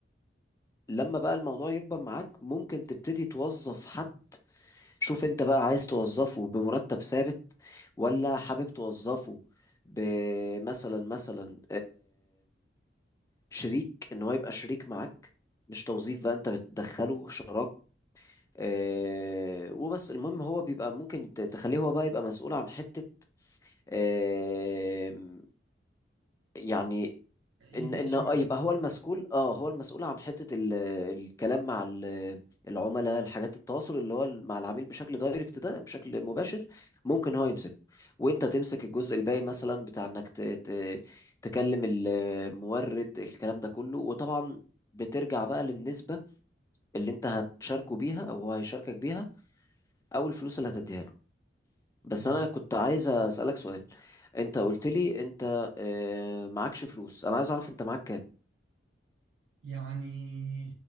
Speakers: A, on the left; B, on the right.
A: لما بقى الموضوع يكبر معاك ممكن تبتدي توظف حد شوف انت بقى عايز توظفه بمرتب ثابت ولا حابب توظفه بمثلا مثلا شريك ان هو يبقى شريك معاك مش توظيف بقى انت بتدخله شراك آه وبس المهم هو بيبقى ممكن ت- تخليه هو بقى يبقى مسؤول عن حتة آه يعني
B: يدير
A: ان ان
B: شويه
A: آه يبقى هو المسؤول اه هو المسؤول عن حتة ال... الكلام مع ال... العملاء الحاجات التواصل اللي هو مع العميل بشكل دايركت ده بشكل مباشر ممكن هو يمسكه وانت تمسك الجزء الباقي مثلا بتاع انك ت... ت... تكلم المورد الكلام ده كله وطبعا بترجع بقى للنسبة اللي انت هتشاركه بيها او هو هيشاركك بيها او الفلوس اللي هتديها له بس
B: فاهم
A: انا كنت عايز اسألك سؤال انت قلت لي انت آه، معكش فلوس انا عايز اعرف انت معاك كام
B: يعني